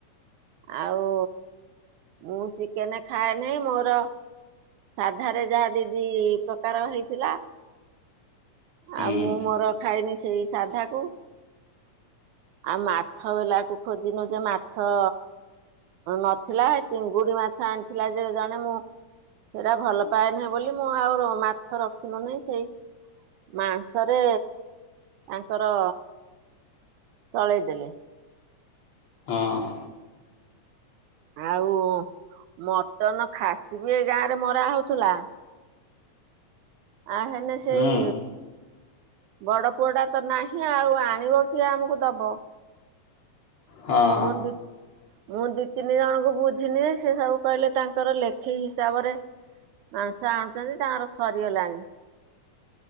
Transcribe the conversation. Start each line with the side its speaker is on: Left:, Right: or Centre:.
Right: ଆଉ ମୁଁ ଚିକେନ ଖାଏନି ମୋର ସାଧାରେ ଯାହା ଦି ଦି ପ୍ରକାର ହେଇଥିଲା।
Left: ହୁଁ।
Right: ଆଉ ମୁଁ ମୋର ଖାଇନି ସେଇ ସାଧାକୁ ଆଉ ମା ଛ ବାଲାକୁ ଖୋଜିନୁ ଯେ ମାଛ ନଥିଲା ଚିଙ୍ଗୁଡି ମାଛ ଆଣିଥିଲା ଯେ ଜଣେ ମୁଁ ସେଇଟା ଭଲ ପାଏ ନାହିଁ ବୋଲି ମୁଁ ଆଉ ର ମାଛ ରଖିନୁ ନାହିଁ ସେଇ ମାଂସରେ ତାଙ୍କର ଚଳେଇ ଦେଲେ।
Left: ହଁ।
Right: ଆଉ ମଟନ ଖାସି ବି ଏ ଗାଁ ରେ ମରା ହଉଥିଲା ଆ ହେ ସେଇ
Left: ହୁଁ
Right: ବଡ ପୁଅଟା ତ ନାହିଁ ଆଉ ଆଣିବ କିଏ ଆମକୁ ଦବ।
Left: ହଁ
Right: ମୁଁ ଦି ମୁଁ ଦିଇ ତିନି ଜଣଙ୍କୁ ବୁଝିନି ଯେ ସେ ସବୁ କହିଲେ ତାଙ୍କର ଲେଖି ହିସାବରେ ମାଂସ ଆଣୁଛନ୍ତି ତାଙ୍କର ସରିଗଲାଣି।